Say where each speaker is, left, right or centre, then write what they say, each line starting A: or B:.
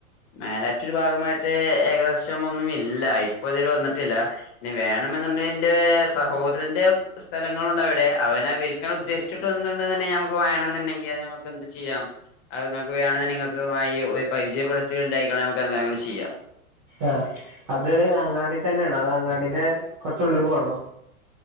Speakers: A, on the left (about 40°); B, on the right (about 15°).
A: മേലാറ്റൂർ ഭാഗം മറ്റേ ഏകദേശം ഒന്നും ഇല്ലാ. ഇപ്പൊ ഇതിൽ ല്ല. ഞ്ഞു വേണെന്നുണ്ടെങ്കി എന്റെ സഹോദരന്റെ സ്ഥലങ്ങളണ്ട് അവിടെ അവന വിൽ ക്കാൻ ഉദ്ദേശിച്ചിട്ട്ണ്ടുണ്ടെങ്കിൽ നമുക്ക് വേണം എന്നുണ്ടെങ്കിൽ അത് നമുക്ക് എന്ത് ചെയ്യാം. അത് നിങ്ങൾക്ക് വേണമെന്ന്ണ്ടെങ്കിൽ നിങ്ങൾക്ക് ഒരു പരിചയപ്പെടുത്തി ഉണ്ടായിക്ണ് നമക്ക് അങ്ങനെ ചെയ്യാം.
B: ആഹ അത് അങ്ങാടി തന്നെ ആണോ. അതോ അങ്ങാടന്റെ കുറച്ചു ഉള്ളുക്ക് പോണോ?